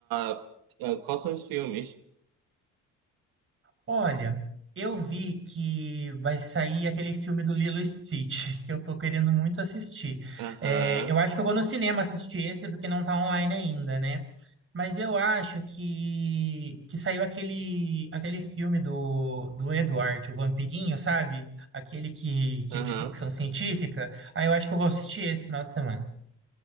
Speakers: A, on the right (about 85°); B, on the right (about 35°).
A: Ah, ah, quais são os filmes?
B: Olha, eu vi que vai sair aquele filme do Lilo e Stitch, <laughs> que eu tô querendo muito assistir.
A: Aham,
B: É, eu acho que eu vou no cinema assistir esse, porque não tá online ainda, né? Mas eu acho que, que saiu aquele, aquele filme do, do Edward, o Vampirinho, sabe? Aquele que, que
A: Aham.
B: é de ficção científica. Aí eu acho que eu vou assistir esse final de semana.